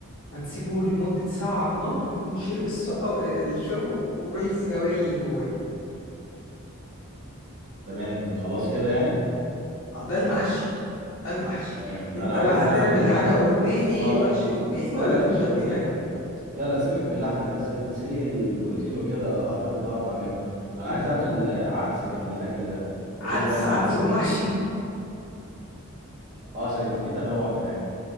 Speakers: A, on the left; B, on the right.
A: هنسيبه لمدة ساعة على النار يكون شرب السقة الشوربة وكل السوائل اللي جواه
B: تمام وخلاص كده يعني
A: ده المحشي ده المحشي
B: تمام
A: انت
B: انا عايز
A: بقى هتعمل
B: اعمل عايز
A: حاجة قرديحي
B: اه
A: محشي قرديحي
B: لا
A: ولا
B: لا
A: هتعمل
B: مش
A: جنبيه
B: ارداحي
A: حاجة
B: لا لا سيبك من اللحمه سل- سليق البروتين وكده اعتقد بعرف اعمله انا
A: مم.
B: عايز اعمل آه، عدس جنب الاكل ده
A: عدس
B: قول ازاي اعمل
A: عدس
B: عدس
A: ومحشي
B: اه عشان يبقى فيه تنوع في الاكل